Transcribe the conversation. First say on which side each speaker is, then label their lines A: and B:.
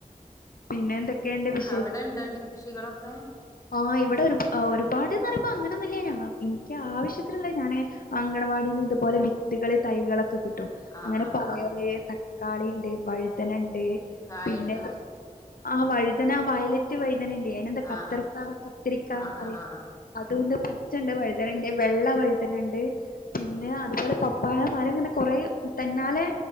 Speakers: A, on the left (about 80°); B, on the left (about 20°).
A: പിന്നെ എന്തൊക്കെയണ്ട് വി
B: അവിടെ ഇണ്ടോന്നിട്ട് കൃഷികളൊക്കെ
A: ആ ഇവിടെ ഒരു ഒരുപാട്... <unintelligible> അങ്ങനെന്നുല്ല ഞ എനിക്ക് ആവശ്യത്തിലുള്ള ഞാന് അങ്കണവാടിന്ന് ഇതുപോലെ വിത്തുകള് തൈകളക്കെ... കിട്ടും
B: ആഹ്
A: അങ്ങനെ
B: ആഹ്
A: പയറ് തക്കാളിണ്ട് വഴുതനണ്ട്.... ണ്ട്...
B: കായണ്ടോ
A: പിന്നെ ആ വഴുതന വയലറ്റ് വഴുത... അങ്ങനെ ഇല്ലേ പിന്നെന്താ
B: ആഹ് ആഹ്
A: കത്തിരിക്ക
B: ആഹ് ആഹ് ആഹ് ആഹ്
A: അതുണ്ട് പച്ചണ്ട് വഴുതനണ്ട് വെള്ള വഴുതണണ്ട് പിന്നെ
B: ആഹ്
A: അതുപോലെ പപ്പായ മരം ഇങ്ങനെ കൊറെ തന്നാലെ..